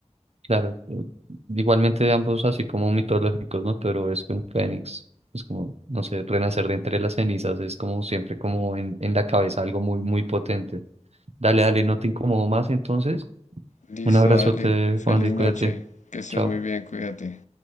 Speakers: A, on the right; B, on the left.
A: Claro, eh, igualmente ambos así como mitológicos, ¿no? Pero es que un fénix, es como, no sé, renacer de entre las cenizas, es como siempre como en, en la cabeza algo muy, muy potente. Dale, dale, no te incomodo más entonces.
B: Listo,
A: Un abrazote,
B: dale. Feliz
A: Juan, y cuídate.
B: noche. Que estés
A: Chao.
B: muy bien, cuídate.